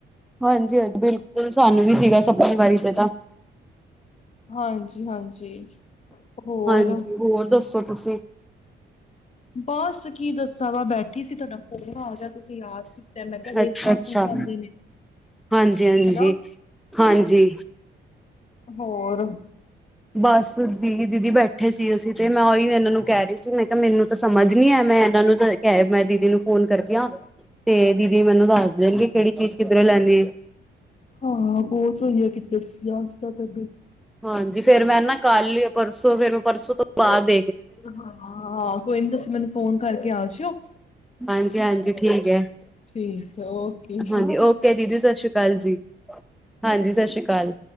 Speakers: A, in the centre; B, on the left.
A: ਹਾਂਜੀ-ਹਾਂਜੀ ਬਿਲਕੁਲ ਸਾਨੂੰ ਵੀ ਸੀਗਾ ਸਪੇ ਵਾਰੀ ਤੇ ਤਾਂ।
B: ਹਾਂਜੀ ਹਾਂਜੀ ਹੋਰ
A: ਹਾਂਜੀ ਹੋਰ ਦੱਸੋ ਤੁਸੀਂ।
B: ਬਸ ਕੀ ਦੱਸਾਂ ਵਾ ਬੈਠੀ ਸੀ ਤੁਹਾਡਾ ਫੋਨ ਹੋ ਜਾਹਾ ਤੁਸੀਂ ਯਾਦ। ਕਹਿਣ ਲੱਗਾ
A: ਅੱਛਾ
B: ਦੇਖੋ
A: ਅੱਛਾ
B: ਕੀ ਕਹਿੰਦੇ ਨੇ?
A: ਹਾਂਜੀ -ਹਾਂਜੀ
B: ਹਨਾ।
A: -ਹਾਂਜੀ।
B: ਹੋਰ।
A: ਬਸ ਦੀ ਦੀਦੀ ਬੈਠੇ ਸੀ ਅਸੀਂ ਤੇ ਮੈਂ ਉਹੀ ਇਹਨਾਂ ਨੂੰ ਕਹਿ ਰਹੀ ਸੀ ਮੈਂ ਕਿਹਾ ਮੈਨੂੰ ਤਾਂ ਸਮਝ। ਮੈਂ ਇਹਨਾਂ ਨੂੰ ਤਾਂ ਕ ਮੈਂ ਦੀਦੀ ਨੂੰ ਫੋਨ ਕਰਦੀ ਆ। ਤੇ ਦੀਦੀ ਮੈਨੂੰ ਦੱਸ ਦੇਣਗੇ ਕਿਹੜੀ ਚੀਜ਼ ਕਿਧਰੇ ਲੈਦੇ ਏ?
B: ਹਾਂ ਬਹੁਤ ਹੋਆ ਕਿਿਕਟ ਜਾਂਸ ਤੁ।
A: ਹਾਂਜੀ ਫੇਰ ਮੈਂ ਨਾ ਕੱਲ ਪਰਸੋਂ ਫੇਰ ਮੈਂ ਪਰਸੋਂ ਤੋਂ ਬਾਅਦ ਦ।
B: ਹਾਂ -ਹਾਂ ਕੋਈ ਨੀ ਤੁਸੀਂ ਮੈਨੂੰ ਫੋਨ ਕਰਕੇ ਆ ਜਾਿਓ।
A: ਹਾਂਜੀ -ਹਾਂਜੀ ਠੀਕ ਹੈ।
B: ਠੀਕ ਹੈ ਓਕੇ
A: ਹਾਂਜੀ
B: ਜੀ
A: ਓਕੇ ਦੀਦੀ ਸਤਿ ਸ਼੍ਰੀ ਅਕਾਲ ਜੀ ਹਾਂਜੀ ਸਤਿ ਸ਼੍ਰੀ ਅਕਾਲ।